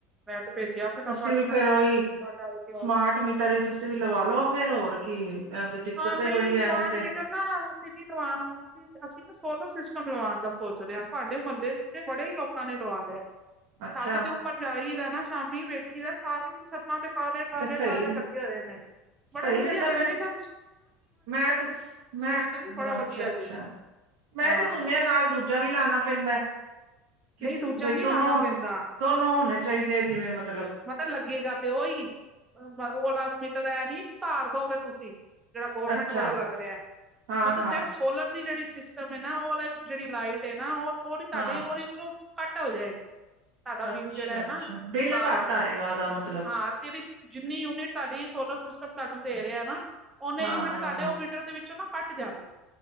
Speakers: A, on the right (about 20°); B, on the right (about 75°).
A: ਮੈਂ ਤੇ ਭੇਜਿਆ ਫਟਾਫਟ
B: ਤੁਸੀਂ ਵੀ
A: ਮੈਂ
B: ਫੇਰ
A: ਕੇਆ
B: ਉਹੀ
A: ਤੁਸੀਂ ਕਰਕੇ
B: ਸਮਾਰਟ
A: ਆਓ
B: ਮੀਟਰ ਵੀ ਤੁਸੀਂ ਵੀ ਲਵਾ ਲੋ ਫੇਰ ਹੋਰ ਕੀ ਦਿੱਕਤ
A: ਹਾਂ
B: ਹੀ
A: ਨਈ
B: ਬੜੀ
A: ਸਮਾਰਟ
B: ਇੰਝ ਤੇ
A: ਮੀਟਰ ਨਾ ਅਸੀਂ ਨੀ ਲਵਾਂ ਅਸੀ ਅਸੀਂ ਨਾ ਸੋਲਰ ਸਿਸਟਮ ਲਵਾਣ ਦਾ ਸੋਚ ਰੇ ਆ ਸਾਡੇ ਮੁਹੱਲੇ ਚ ਤੇ ਬੜੇ ਈ ਲੋਕਾਂ ਨੇ ਲਵਾ ਲਿਆ ਐ।
B: ਅੱਛਾ
A: ਛੱਤ ਤੇ ਉੱਪਰ ਜਾਈ ਦੈ ਨਾ ਸ਼ਾਮੀ ਵੇਖੀ ਦੈ ਸਾਰੇ ਈ ਛੱ ਨਾ ਦੇ ਕਾਲੇ-ਕਾਲੇ-ਕਾਲੇ
B: ਤੇ ਸਹੀ
A: ਲੱਗੇ ਹੋਏ ਨੇ ਬੜਾ
B: ਸਹੀ
A: ਵਧੀਆ
B: ਰਹਿੰਦਾ
A: ਕੈਂਦੇ
B: ਮੈਂ
A: ਏ ਤਾਂ
B: ਮੈਂ ਤੇ ਸ ਮੈਂ
A: ਕਹਿੰਦੇ ਬੜਾ
B: ਹਾਂ ਅੱਛਾ-ਅੱਛਾ,
A: ਵਧੀਆ ਜੇ
B: ਮੈਂ
A: ਹਾਂ
B: ਤੇ ਸੁਣਿਆ ਨਾਲ ਦੂਜਾ ਵੀ ਲਾਣਾ ਪੈਂਦਾ ਕਿਸ
A: ਨਹੀਂ ਦੂਜਾ
B: ਬਈ
A: ਨੀ
B: ਦੋਨੋ
A: ਲਾਉਣਾ
B: ਹੁਣ
A: ਪੈਂਦਾ
B: ਦੋਨੋ ਹੋਣੇ ਚਾਈਦੇ ਐ ਜਿਵੇਂ ਮਤਲਬ
A: ਪਤਾ ਲੱਗੇਗਾ ਤੇ ਉਈ ਓ ਆਲਾ ਮੀਟਰ ਐ ਨੀ ਉਤਾਰ ਦੋਗੇ ਤੁਸੀਂ ਜੇੜਾ ਗੌਰਮੈਂਟ
B: ਅੱਛਾ
A: ਵੱਲੋਂ ਲੱਗ ਰੇਆ ਐ
B: ਹਾਂ
A: ਮਤਲਬ
B: ਹਾਂ
A: ਜੇੜੇ ਸੋਲਰ ਦੀ ਜੇੜੀ ਸਿਸਟਮ ਏ ਨਾ ਓਹ ਜੇੜੀ ਲਾਈਟ ਏ ਨਾ ਓਹ ੳਦੀ ਤੁਹਾਡੀ
B: ਹਾਂ
A: ਓਰੀ ਚੋ ਘੱਟ ਹੋ ਜਾਏਗੀ ਸਾਡਾ
B: ਅੱਛਾ
A: ਬਿਲ ਜੇੜਾ ਐ
B: ਅੱਛਾ
A: ਨਾ,
B: ਬਿੱਲ
A: ਹਾਂ-ਹਾਂ
B: ਘੱਟ ਆਏਗਾ ਉਹਦਾ ਮਤਲਬ
A: ਤੇ ਵੀ ਜਿੰਨੀ ਯੂਨਿਟ ਤਾਡੀ ਸੋਲਰ ਸਿਸਟਮ ਤਾਨੂੰ ਦੇ ਰੇਆ ਨਾ ਓਨੇ
B: ਹਾਂ
A: ਯੂਨਿਟ ਤਾਡੇ ੳਹ ਮੀਟਰ ਦੇ ਵਿੱਚੋਂ ਨਾ ਕੱਟ ਜਾਣਗੇ।